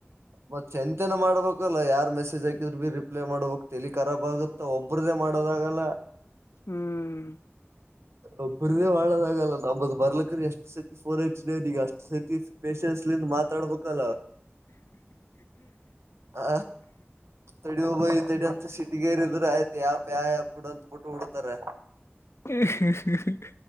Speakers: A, on the right (about 70°); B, on the left (about 70°).
A: ಮತ್ ಚಂತನ ಮಾಡ್ಬೇಕು ಆಗಲ್ಲ ಯಾರ್ ಮೆಸೇಜ್ ಹಾಕಿದ್ರರು ಬಿೀ ರಿಪ್ಲೈ ಮಾಡ್ಬೇಕಕ್ <unintelligible> ಲಿ ಖಾಬ್ ಆಗುತ್ತತ್ತ ಒಬ್ಬ್ರದ್ದೇ ಮಾಡೋದಾಗಲ್ಲ <inaudible>
B: ಹ್ಮ್
A: ಒಬ್ರ್ದೇ ಮಾಡಳದಾಗಲ್ಲ ನಮದ್ ಬರ್ಲಕ್ರೀ ಎಷ್ಟ್ ಸತಿ ಫೋನ್ ಹೆಚ್ದೆೇವ್ರ ಈಗ ಅಷ್ಟ್ ಸತಿ ಪೇೇಶನ್ಸ್ಲಂದ ಮಾತಾಡ್ಬೇಕಲ್ಲ ಹ ತಡ ತಡಿ ಶ <unintelligible> ಗೇರಿದ್ರರು ಆಯ್ತ ಯಾಪ ಯ ಯಾ ಬಿಡು ಅಂತ ಬಿಟ್ ಬಿಡ್ತಾರೆ
B: ಹ್ಮ ಹ್ಮ ಹ್